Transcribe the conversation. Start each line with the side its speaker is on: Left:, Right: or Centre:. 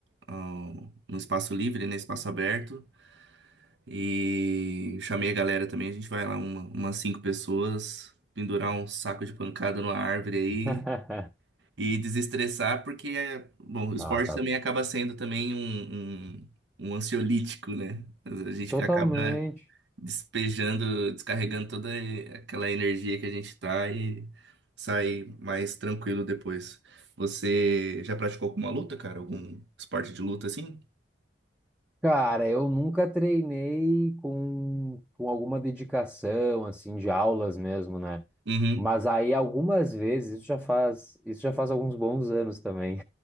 Right: ao- no espaço livre, né, espaço aberto. E chamei a galera também, a gente vai lá uma- umas cinco pessoas, pendurar um saco de pancada numa árvore aí
Centre: <laughs>
Right: e desestressar, porque é, bom, o esporte
Centre: Ah, tá.
Right: também acaba sendo também um, um, um ansiolítico, né? A gente
Centre: Totalmente.
Right: acaba despejando, descarregando toda aquela energia que a gente tá e sai mais tranquilo depois. Você já praticou alguma luta, cara? Algum esporte de luta assim?
Centre: Cara, eu nunca treinei com, com alguma dedicação, assim, de aulas mesmo, né?
Right: Uhum,
Centre: Mas aí algumas vezes, isso já faz, isso já faz alguns bons anos também,